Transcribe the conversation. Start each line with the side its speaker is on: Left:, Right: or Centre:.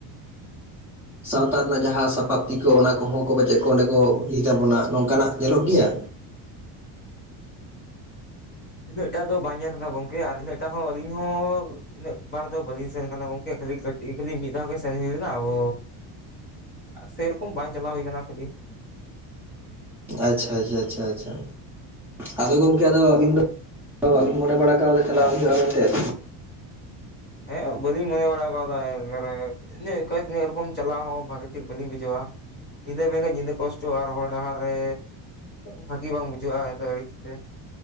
Centre: ᱥᱟᱶᱛᱟ ᱨᱮᱱᱟᱜ ᱡᱟᱦᱟᱸ ᱥᱟᱯᱟᱯ ᱠᱤ ᱠᱚ ᱚᱱᱟ ᱠᱚᱦᱚᱸ ᱠᱚ ᱯᱟᱪᱮᱫ ᱠᱚ ᱚᱸᱰᱮ ᱠᱚ ᱞᱟᱹᱭ ᱛᱟᱵᱚᱱᱟ ᱱᱚᱝᱠᱟᱱᱟᱜ ᱧᱮᱞᱚᱜ ᱜᱮᱭᱟ
Left: ᱤᱱᱟᱹᱜ ᱴᱟᱜ ᱫᱚ ᱵᱟᱝ ᱧᱮᱞ ᱟᱠᱟᱱᱟ ᱜᱚᱝᱠᱮ ᱟᱨ ᱤᱱᱟᱹᱜᱴᱟᱜ ᱦᱚᱸ ᱟᱞᱤᱧ ᱦᱚᱸ ᱛᱤᱱᱟᱹᱜ ᱵᱟᱨ ᱫᱚ ᱵᱟᱹᱞᱤᱧ ᱥᱮᱱ ᱠᱟᱱᱟ ᱜᱚᱝᱠᱮ ᱠᱷᱟᱹᱞᱤ ᱠᱟᱹᱴᱤᱡ ᱠᱷᱟᱹᱞᱤ ᱢᱤᱫ ᱫᱷᱟᱣ ᱜᱮ ᱥᱮᱱ ᱦᱩᱭᱞᱮᱱᱟ ᱟᱵᱚ ᱥᱮᱨᱚᱠᱚᱢ ᱵᱟᱝ ᱪᱟᱞᱟᱣ ᱦᱩᱭ ᱟᱠᱟᱱᱟ ᱠᱷᱟᱹᱞᱤ
Centre: ᱟᱪᱷᱟ ᱟᱪᱷᱟ ᱟᱪᱷᱟ ᱟᱪᱷᱟ ᱟᱫᱚ ᱜᱚᱢᱠᱮ ᱟᱫᱚ ᱟᱹᱵᱤᱱ ᱵᱟᱝ ᱢᱚᱱᱮ ᱵᱟᱲᱟ ᱠᱟᱱᱟ ᱪᱟᱞᱟᱣ ᱦᱩᱭᱩᱜᱼᱟ ᱢᱮᱱᱛᱮᱫ
Left: ᱦᱮᱸ ᱵᱟᱹᱞᱤᱧ ᱢᱚᱱᱮ ᱵᱟᱲᱟ ᱟᱠᱟᱣᱫᱟ ᱮᱪ ᱮᱨᱚᱠᱚᱢ ᱪᱟᱞᱟᱣ ᱦᱚᱸ ᱵᱷᱟ. ᱜᱤ ᱴᱷᱤᱠ ᱵᱟᱹᱞᱤᱧ ᱵᱩᱡᱷᱟᱹᱣᱟ ᱧᱤᱫᱟᱹ ᱢᱮᱱᱠᱟᱱᱡ ᱧᱤᱫᱟᱹ ᱠᱚᱥᱴᱚᱜᱼᱟ ᱟᱨ ᱦᱚᱨ ᱰᱟᱦᱟᱨ ᱨᱮ ᱵᱷᱟᱹᱜᱤ ᱵᱟᱝ ᱵᱩᱡᱷᱟᱹᱜᱼᱟ ᱮ ᱟᱹᱲᱤᱥᱜᱮ